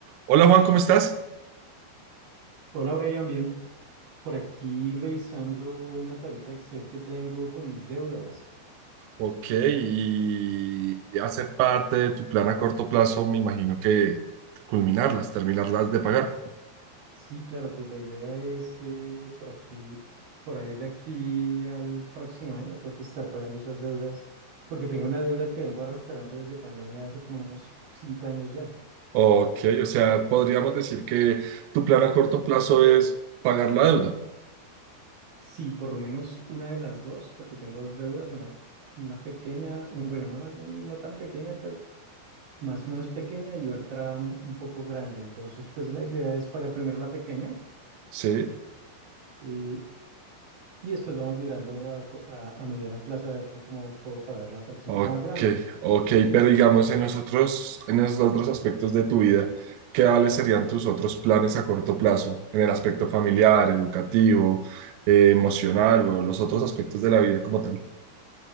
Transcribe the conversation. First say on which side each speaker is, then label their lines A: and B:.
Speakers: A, on the right (about 80°); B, on the right (about 50°).
A: Hola Juan, ¿cómo estás?
B: Hola Brian, bien, por aquí revisando una tablita Excel que tengo con mis deudas.
A: Ok, y hace parte de tu plan a corto plazo, me imagino que culminarlas, terminarlas de pagar.
B: Sí, claro, pues la idea es que por aquí, por ahí de aquí al próximo año tengo que estar pagando esas deudas, porque tengo una deuda que vengo arrastrando desde pandemia hace como unos cinco años ya.
A: Ok, o sea, podríamos decir que tu plan a corto plazo es pagar la deuda,
B: Sí, por lo menos una de las dos, porque tengo dos deudas, una, una pequeña, un, bueno, una más bien no tan pequeña, pero más o menos pequeña y otra un un poco grande. Entonces, pues la idea es pagar primero la pequeña
A: ¿sí?
B: Y, y después vamos mirando a, co- a- a mediano plazo a ver cómo puedo pagar la otra que es
A: Ok,
B: un poco más grande.
A: ok, pero digamos en los otros, en los otros aspectos de tu vida, ¿qué vales serían tus otros planes a corto plazo? En el aspecto familiar, educativo, eh, emocional o los otros aspectos de la vida como tal.